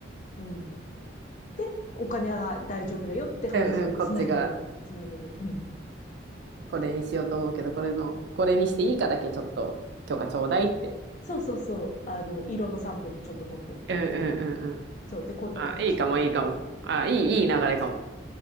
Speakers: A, on the left; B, on the right.
A: うん。で、お金は大丈夫だよって話につなげる。
B: うんうん。んこっちが
A: つなげる。うん。
B: これにしようと思うけど、これの、これにしていいかだけちょっと許可ちょうだいって。
A: そうそうそう。あの、色のサンプルちょっと持ってって。
B: うんうんうんうん。
A: そう。で、こんな形のでって。
B: あ、いいかもいいかも。あ、いい、いい流れかも。